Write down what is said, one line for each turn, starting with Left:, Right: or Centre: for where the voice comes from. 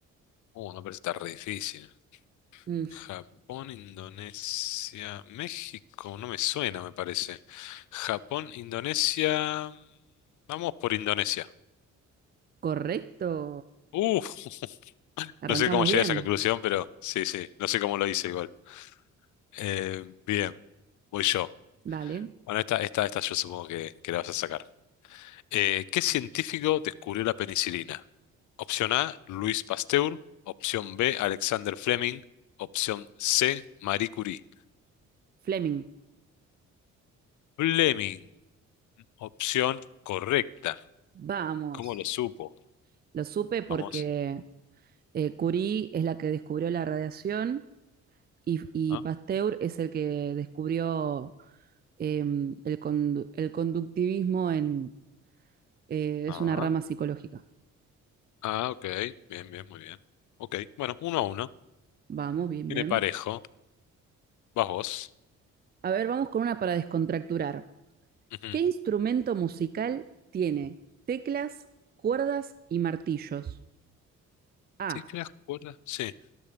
Left: Uh, no parece tan re difícil.
Right: Mm,
Left: Japón, Indonesia, México, no me suena, me parece. Japón, Indonesia, vamos por Indonesia.
Right: Correcto.
Left: Uf,
Right: Arrancamos
Left: no sé cómo llegué
Right: bien.
Left: a esa conclusión, pero sí, sí, no sé cómo lo hice igual. Eh, bien, voy yo.
Right: Dale.
Left: Bueno, esta, esta, esta yo supongo que, que la vas a sacar. Eh, ¿qué científico descubrió la penicilina? Opción A, Luis Pasteur. Opción B, Alexander Fleming. Opción C, Marie Curie.
Right: Fleming.
Left: Fleming, opción correcta.
Right: Vamos.
Left: ¿Cómo lo supo?
Right: Lo supe porque
Left: Vamos.
Right: eh, Curie es la que descubrió la radiación Y, y
Left: Ah,
Right: Pasteur es el que descubrió eh, el, condu- el conductivismo en, eh,
Left: ah,
Right: es una rama psicológica.
Left: ah, ok. Bien, bien, muy bien. Ok, bueno, uno a uno.
Right: Vamos, bien,
Left: Viene
Right: bien.
Left: parejo. Vas vos.
Right: A ver, vamos con una para descontracturar.
Left: Ujú.
Right: ¿Qué instrumento musical tiene teclas, cuerdas y martillos? A,
Left: Teclas, cuerdas. Sí.